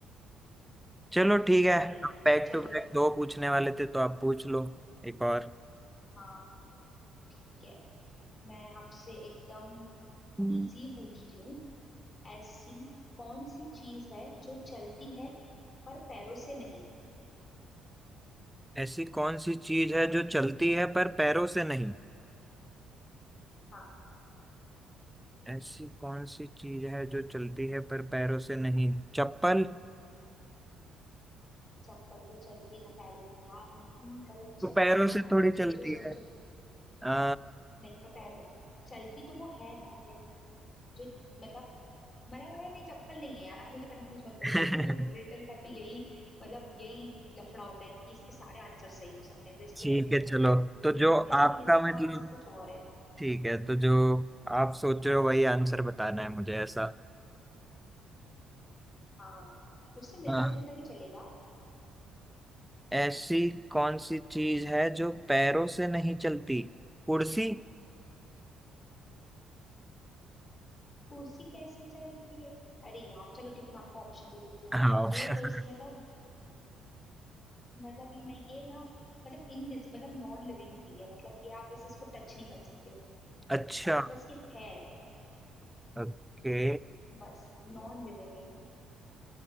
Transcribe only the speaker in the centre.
चलो ठीक है
अब बैक
टू बैक दो पूछने वाले थे तो आप पूछ लो एक और
हम्म,
ऐसी कौन सी चीज है जो चलती है पर पैरों से नहीं
ऐसी कौन सी चीज है जो चलती है पर पैरों से नहीं चप्पल
तो
पैरों से थोड़ी
चलती
है आ,
<laughs>
ठीक
है
चलो तो
जो
आपका
मतलब
ठीक है तो जो आप सोच रहे हो वही आंसर बताना है मुझे ऐसा
हाँ
ऐसी कौन सी चीज है जो पैरों से नहीं चलती कुर्सी
हाँ
<laughs>
अच्छा
ओके